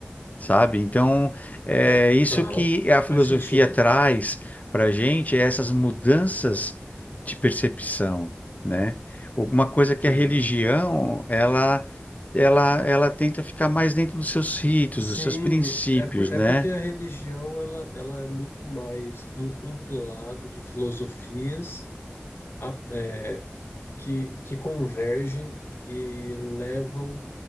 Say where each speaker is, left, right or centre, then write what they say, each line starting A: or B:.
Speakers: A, on the left; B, on the left.
A: sabe? Então, é
B: É,
A: isso
B: aham,
A: que a filosofia
B: faz sentido.
A: traz para a gente, é essas mudanças de percepção, né? Uma coisa que
B: Uhum.
A: a religião, ela ela ela tenta ficar mais dentro dos seus ritos,
B: Sim,
A: dos seus princípios,
B: é, por, é
A: né?
B: porque a religião ela, ela é muito mais um compilado de filosofias a- é, que, que convergem e levam,